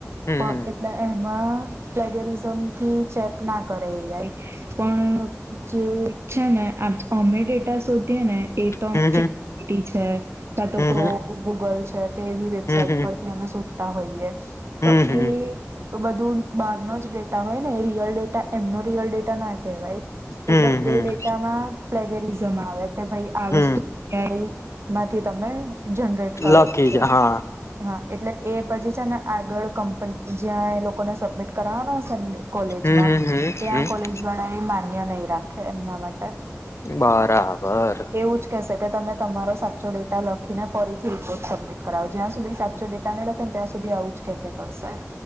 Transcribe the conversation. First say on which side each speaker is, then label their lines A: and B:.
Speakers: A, on the left; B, on the right.
A: હમ હમ
B: પણ એટલે એ માં પ્લેગેરિઝમ થી ચેક ના કરે, પણ જે છે ને અમે ડેટા શોધીએ ને એ તોટી
A: હમ હમ
B: છે કા તો
A: હમ
B: ક્રોમ,
A: હમ
B: ગુગલ <unintelligible> કેવી વેબસાઇટ
A: હમ
B: પરથી અમે શો તા હોઈએ
A: હમ
B: તો
A: હમ
B: એઈ બધું બહાર ન જ ડેટ ના હોય ને, એ રિયલ ડેટા એમનો રિયલ ડેટા ના કહેવાય.
A: હમ
B: એટલે
A: હમ
B: એ ડેટામાં પ્લેગરિઝમ આવે. કે ભાઈ, આ
A: હમ
B: વસ્તુ <inaudible> થઈ માંથી તમે! જનરેટ કરેલ
A: લકી
B: છે
A: જ હા
B: હા <unintelligible> એટલે એ પછી છે ને, આગળ કંપની જ્યાં એ લોકોને સબમિટ કરાવ કોલેજમાં
A: હમ હમ હમ
B: ત્યાં
A: હમ
B: કોલેજ વાળા એ માન્ય નહીં એમના માટે
A: બરાબર
B: એવું જ કહેશે તમે તમારો સાચો ડેટા લખીને ફરીથી રિપોર્ટ સબમિટ કરાવો. જ્યાં સુધી સાચો ડેટા નહી લખેને ત્યાં સુધી આવું જ કે કે કરશે